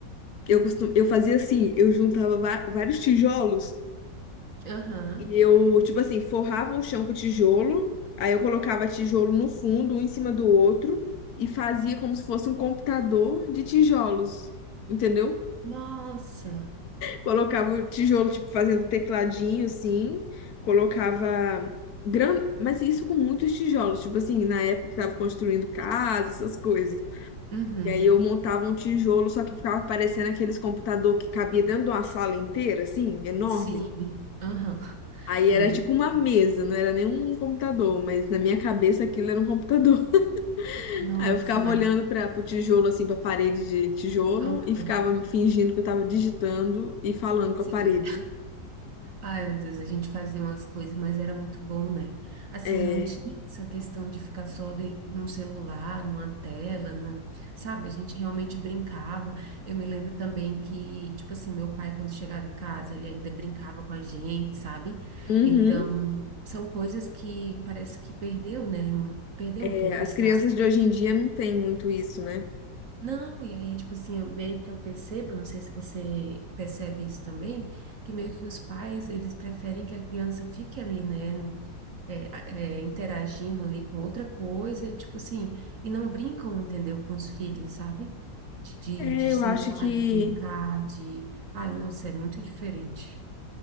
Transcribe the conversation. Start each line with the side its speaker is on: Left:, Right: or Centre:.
Left: eu, costum, eu fazia assim, eu juntava va- vários tijolos
Right: Aham.
Left: E eu, tipo assim, forrava o chão com tijolo, aí eu colocava tijolo no fundo, um em cima do outro, e fazia como se fosse um computador de tijolos, entendeu?
Right: Nossa.
Left: Colocava o tijolo, tipo, fazendo tecladinho, assim, colocava. Gran... Mas isso com muitos tijolos, tipo assim, na época que tava construindo casa, essas coisas.
Right: Uhum.
Left: E aí eu montava um tijolo, só que ficava parecendo aqueles computador que cabia dentro de uma sala inteira, assim, enorme.
Right: Sim. Aham.
Left: Aí era
Right: Meu
Left: tipo uma mesa,
Right: Deus.
Left: não era nem um computador, mas na minha cabeça aquilo era um computador. <laughs>
Right: Nossa,
Left: Aí eu ficava
Right: mas.
Left: olhando para o tijolo, assim, para a parede de tijolo
Right: ah,
Left: e ficava fingindo que eu estava digitando e falando com
Right: sim.
Left: a parede.
Right: Ai, meu Deus, a gente fazia umas coisas, mas era muito bom, né? Assim,
Left: É,
Right: não tinha essa questão de ficar só de, num celular, numa tela, num, sabe? A gente realmente brincava. Eu me lembro também que, tipo assim, meu pai, quando chegava em casa, ele ainda brincava com a gente, sabe?
Left: uhum.
Right: Então, são coisas que parece que perdeu, né? Perdeu
Left: É,
Right: um pouco
Left: as
Right: essa.
Left: crianças de hoje em dia não têm muito isso, né?
Right: Não, e aí, tipo assim, eu- meio que eu percebo, não sei se você percebe isso também, que meio que os pais, eles preferem que a criança fique ali, né, no- é, a- é, interagindo ali com outra coisa, tipo assim, e não brincam, entendeu, com os filhos, sabe? De, de,
Left: É,
Right: de
Left: eu
Right: sentar,
Left: acho que.
Right: de brincar, de... Ai, nossa, é muito diferente.